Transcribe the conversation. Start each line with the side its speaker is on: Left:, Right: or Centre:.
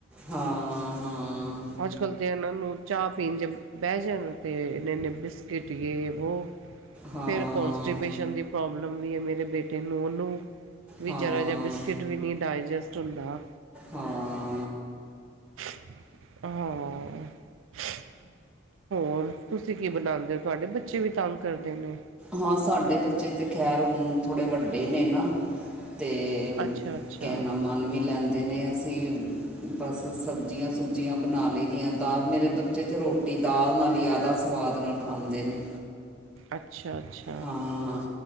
Centre: ਹਾਂ ਹਾਂ
Right: ਅੱਜ ਕਲ ਤੇ ਇਹਨਾਂ ਨੂੰ ਚਾਹ ਪੀਣ ਜੇ ਬਹਿ ਜਾਣ ਤੇ ਇੰਨੇ ਇੰਨੇ ਬਿਸ ਕਿਟ ਯੇ ਵੋ
Centre: ਹਾਂ
Right: ਫਿਰ ਕੋਨਸਟੀਪੇਸ਼ਨ ਦੀ ਪ੍ਰੋਬਲਮ ਵੀ ਹੈ ਮੇਰੇ ਬੇਟੇ ਨੂੰ ਉਹਨੂੰ ਵੀ
Centre: ਹਾਂ
Right: ਜ਼ਰਾ ਜਿਹਾ ਬਿਸ ਕਿਟ ਵੀ ਨਹੀਂ ਡਾਇਜੈਸਟ ਹੁੰਦਾ
Centre: ਹਾਂ
Right: ਹਾਂ ਹੋਰ ਤੁਸੀ ਕੀ ਬਣਾਦੇ ਓ ਤੁਹਾਡੇ ਬੱਚੇ ਵੀ ਤੰਗ ਕਰਦੇ ਨੇ।
Centre: ਹਾਂ ਸਾਡੇ ਬੱਚੇ ਤੇ ਖੈਰ ਹੁਨ ਥੋੜ੍ਹੇ ਵੱਡੇ ਨੇ ਨਾ ਤੇ
Right: ਅੱਛਾ ਅੱਛਾ
Centre: ਕਹਿਨਾ ਮਨ ਮਨ ਵੀ ਲੈਂਦੇ ਨੇ ਅਸੀਂ ਬਸ ਸਬਜ਼ੀਆਂ ਸੁਬਜ਼ੀਆਂ ਬਣਾ ਲਈ ਦੀਆਂ ਦਾਲ ਮੇਰੇ ਬੱਚੇ ਤੇ ਰੋਟੀ ਦਾਲ ਨਾਲ ਹੀ ਜ਼ਿਆਦਾ ਸਵਾਦ ਨਾਲ ਖਾਂਦੇ ਨੇ
Right: ਅੱਛਾ ਅੱਛਾ
Centre: ਹਾਂ